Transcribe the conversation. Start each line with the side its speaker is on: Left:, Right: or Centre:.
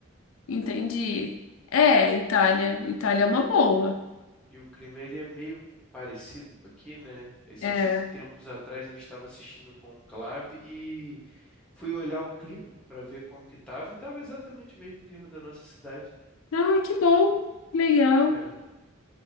Left: Entendi. É, Itália. Itália é uma boa.
Centre: E o clima ele é meio parecido com aqui, né? Esses
Left: É.
Centre: tempos atrás eu estava assistindo Conclave e fui olhar o clima para ver como que tava e tava exatamente o mesmo clima da nossa cidade.
Left: Ah, que bom. Legal.
Centre: É,